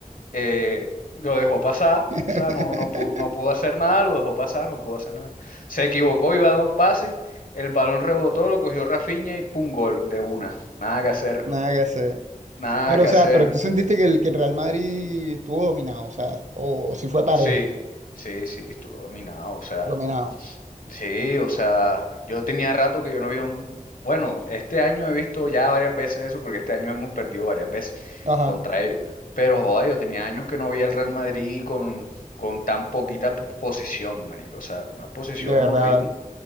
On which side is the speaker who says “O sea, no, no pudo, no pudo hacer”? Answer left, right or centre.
Left